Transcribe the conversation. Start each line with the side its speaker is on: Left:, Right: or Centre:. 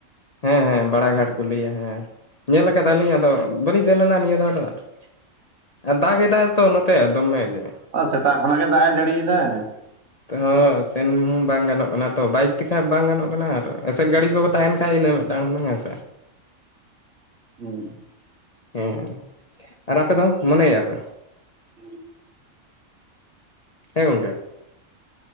Left: ᱦᱮᱸ ᱦᱮᱸ ᱵᱟᱲᱟ ᱜᱷᱟᱴ ᱠᱚ ᱞᱟᱹᱭᱟ ᱦᱮᱸ ᱾ ᱧᱮᱞ ᱠᱟᱫᱟᱞᱤᱧ ᱟᱫᱚ ᱵᱟᱹᱞᱤᱧ ᱥᱮᱱ ᱞᱮᱱᱟ ᱱᱤᱭᱟᱹ ᱫᱷᱟᱣ ᱫᱚ ᱟᱨ ᱾ ᱫᱟᱜ ᱮᱫᱟᱭ ᱛᱚ ᱱᱚᱛᱮ ᱫᱚᱢᱮ ᱜᱮ ᱾
Right: ᱚ ᱥᱮᱛᱟᱜ ᱠᱷᱚᱱᱟᱜ ᱜᱮ ᱫᱟᱜ ᱮ ᱡᱟᱲᱤᱭ ᱫᱟ ᱾
Left: ᱦᱚ ᱥᱮᱱ ᱵᱟᱝ ᱜᱟᱱᱚᱜ ᱠᱟᱱᱟ ᱛᱚ ᱵᱟᱭᱤᱠ ᱛᱮᱠᱷᱟᱱ ᱵᱟᱝ ᱜᱟᱱᱚᱜ ᱠᱟᱱᱟ ᱟᱨ ᱜᱟᱹᱲᱤ ᱠᱚ ᱠᱚ ᱛᱟᱦᱮᱱ ᱠᱷᱟᱱ ᱤᱱᱟᱹ ᱢᱤᱫᱴᱟᱝ ᱦᱩᱱᱟᱹᱝ ᱦᱮ ᱥᱮ ᱾
Right: ᱦᱩᱸ
Left: ᱦᱮᱸ ᱟᱨ ᱟᱯᱮ ᱫᱚ ᱢᱚᱱᱮᱭᱟᱯᱮ
Right: ᱾ <inaudible>
Left: ᱦᱮᱸ ᱜᱚᱝᱠᱮ